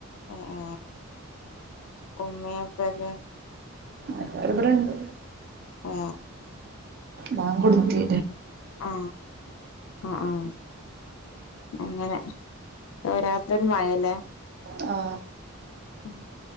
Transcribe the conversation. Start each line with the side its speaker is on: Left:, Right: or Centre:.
Left: അ അ ഉമ്മയും ഉപ്പക്കെ
Right: എല്ലാരും ഇവിടേണ്ട്
Left: ആ
Right: ബാങ്ക് കൊടുത്ത്
Left: ആ ആ ആ അങ്ങനെ തോരാത്തൊരു മഴല്ലേ
Right: ആ
Left: ഉം